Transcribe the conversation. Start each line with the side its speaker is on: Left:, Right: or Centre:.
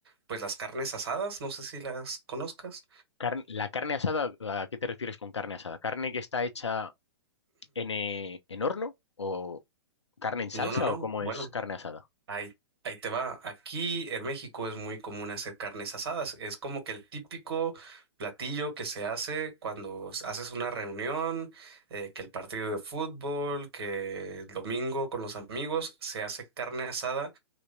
Right: pues las carnes asadas. No sé si las conozcas.
Left: Carne- la carne asada, ¿a qué te refieres con carne asada? ¿Carne que está hecha en, eh, en horno o carne en salsa
Right: No, no, no.
Left: o cómo
Right: Bueno.
Left: es carne asada?
Right: Ahí, ahí te va. Aquí en México es muy común hacer carnes asadas. Es como que el típico platillo que se hace cuando s- haces una reunión, eh, que el partido de fútbol, que el domingo con los amigos, se hace carne asada